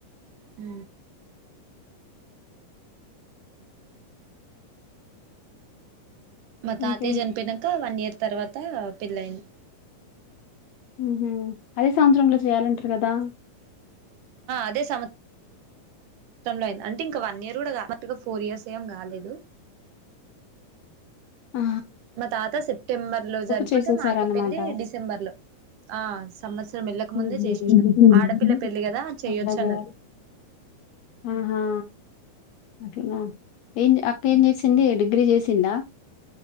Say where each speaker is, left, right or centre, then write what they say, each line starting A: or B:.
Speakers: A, on the right; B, on the left.
A: ఉ మా తాతయ్య
B: ఇంకేంటి?
A: చనిపోయక వన్ ఇయర్ తర్వాత పెళ్ళయింది
B: ఉ అదే సంవత్సరాంలో చేయాలంటారు కదా
A: అదే సంవత్సరంలో అయింది అంటే ఇంకా వన్ ఇయర్ కూడా కాలేదు మా అక్కకి ఫోర్ ఇయర్స్ ఏం కాలేదు
B: ఆ
A: మా తాత సెప్టెంబర్ లో చనిపోతే
B: చేసేసారన్నమాట.
A: మా అక్క పెళ్లి డిసెంబర్ లో ఆ సంవత్సరం వెళ్ళకముందే
B: హుహు.
A: చేసేసినాం ఆడపిల్ల పెళ్లి కదా చెయొచ్చు
B: అట్లాగే.
A: అన్నారు
B: ఆహా అట్లన ఏం చేసి అక్క ఏం చేసింది డిగ్రీ చేసిందా